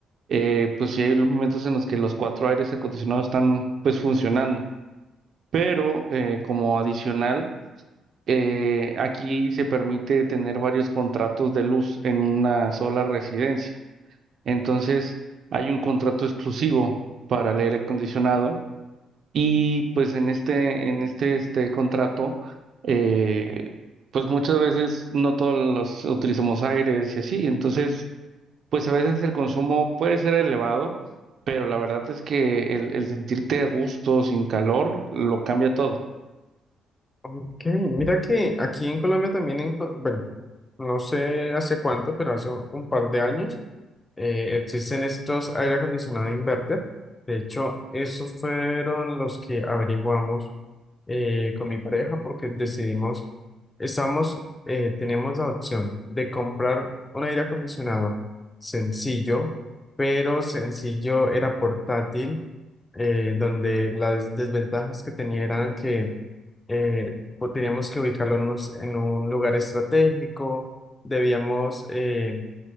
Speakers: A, on the right (about 60°); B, on the left (about 20°).
A: eh, pues sí hay momentos en los que los cuatro aires acondicionados están pues funcionando. Pero eh, como adicional, eh, aquí se permite tener varios contratos de luz en una sola residencia. Entonces, hay un contrato exclusivo para el aire acondicionado y pues en este, en este, este contrato, eh, pues muchas veces no todos los utilizamos aires y así. Entonces, pues a veces el consumo puede ser elevado, pero la verdad es que el, el sentirte a gusto, sin calor, lo cambia todo.
B: Ok, mira que aquí en Colombia también, en, Co- bueno, no sé hace cuánto, pero hace un par de años, eh, existen estos aire acondicionado inverter. De hecho, esos fueron los que averiguamos eh, con mi pareja porque decidimos, estamos eh, teníamos la opción de comprar un aire acondicionado sencillo, pero sencillo era portátil, eh, donde las desventajas que tenía eran que eh, pues teníamos que ubicarlo en un, en un lugar estratégico, debíamos eh,